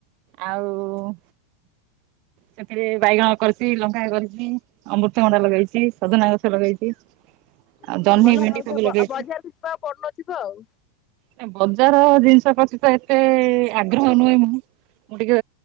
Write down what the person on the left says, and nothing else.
<unintelligible>
ଭଲ
ହାଉଛ
ବ-
ଅ, ବଜାରକୁ ଯିବାକୁ ଆଉ ପଡୁନଥିବ ଆଉ।